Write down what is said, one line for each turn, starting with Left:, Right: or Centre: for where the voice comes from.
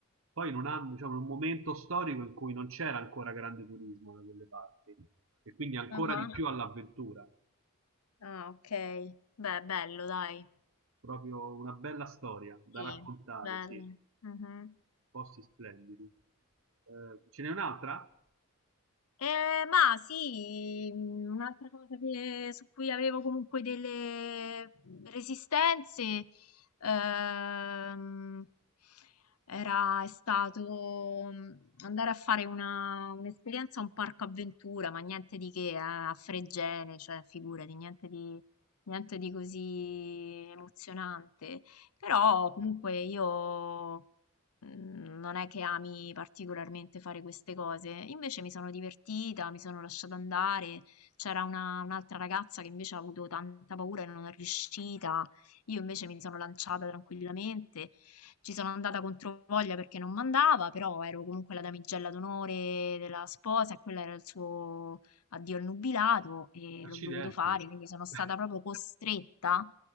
Right: poi in un anno, diciamo, in un momento storico in cui non c'era ancora grande turismo da quelle parti e quindi ancora
Left: Ah, ah.
Right: di più all'avventura,
Left: Ah, ok. Beh, bello, dai.
Right: proprio una bella storia da
Left: Sì,
Right: raccontare,
Left: bello.
Right: sì.
Left: Mhm.
Right: posti splendidi. Eh, ce n'è un'altra?
Left: Eh, ma sì, mh, un'altra cosa che- su cui avevo comunque delle resistenze ehm, era, è stato mh, andare a fare una- un'esperienza a un parco avventura, ma niente di che, eh, a Fregene, cioè figurati, niente di, niente di così emozionante. Però comunque io mm, non è che ami particolarmente fare queste cose. Invece mi sono divertita, mi sono lasciata andare. C'era una- un'altra ragazza che invece ha avuto tanta paura e non è riuscita. Io invece mi sono lanciata tranquillamente. Ci sono andata contro voglia perché non mandava, però ero comunque la damigella d'onore della sposa e quello era il suo addio al nubilato e
Right: Accidenti,
Left: l'ho dovuto fare, quindi sono stata
Right: <laughs>
Left: proprio costretta